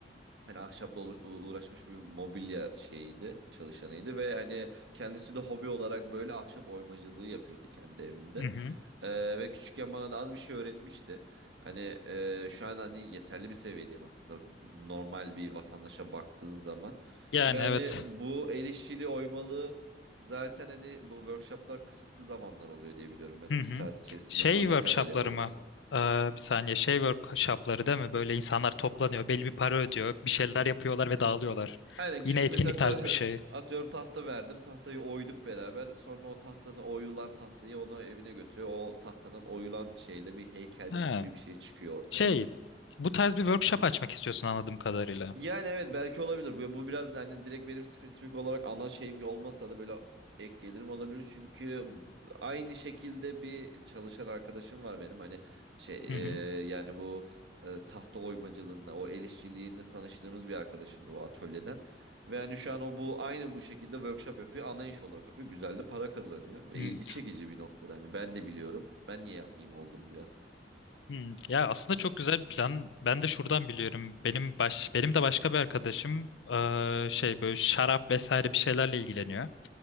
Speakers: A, on the right; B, on the left.
A: Yani ahşapla uğra- uğraşmış bir mobilya şeyiydi, çalışanıydı ve hani kendisi de hobi olarak böyle ahşap oymacılığı yapıyordu kendi evinde.
B: Hı hı.
A: Ee, ve küçükken bana da az bir şey öğretmişti. Hani e, şu an hani yeterli bir seviyedeyim aslında normal bir vatandaşa baktığın zaman.
B: Yani
A: Ve hani
B: evet.
A: bu el işçiliği oymalığı zaten hani bu workshoplar kısıtlı zamanlar oluyor diye biliyorum ben. İki
B: Hı hı.
A: saat içerisinde
B: Şey
A: falan
B: workshopları
A: ne kadar yapabilirsin?
B: mı? Ee, bir saniye şey workshopları değil mi? Böyle insanlar toplanıyor, belli bir para ödüyor, bir şeyler yapıyorlar ve dağılıyorlar.
A: Aynen
B: Yine
A: küçük
B: etkinlik
A: mesela
B: tarzı
A: <laughs>
B: bir şey.
A: atıyorum tahta verdim. Tahtayı oyduk beraber. Sonra o tahtanın oyulan tahtayı onu evine götürüyor. O tahtadan oyulan şeyle bir heykelcik
B: Ha,
A: gibi bir şey çıkıyor ortaya.
B: şey, bu tarz bir workshop açmak istiyorsun anladığım kadarıyla.
A: Yani evet belki olabilir. Bu bu biraz da hani direkt benim spesifik olarak ana şeyim olmasa da böyle ek gelirim olabilir. Çünkü aynı şekilde bir çalışan arkadaşım var benim. Hani şey
B: Hı
A: e, yani bu e, tahta oymacılığında o el işçiliğinde tanıştığımız bir arkadaşımdı bu atölyeden. Ve hani şu an o bu aynı bu şekilde workshop yapıyor. Ana iş olarak yapıyor. Güzel de para kazanıyor ve
B: hı.
A: ilgi çekici bir noktada. Hani ben de biliyorum. Ben niye yapmayayım oldum biraz.
B: Hmm, ya aslında çok güzel bir plan. Ben de şuradan biliyorum. Benim baş benim de başka bir arkadaşım eee, şey böyle şarap vesaire bir şeylerle ilgileniyor.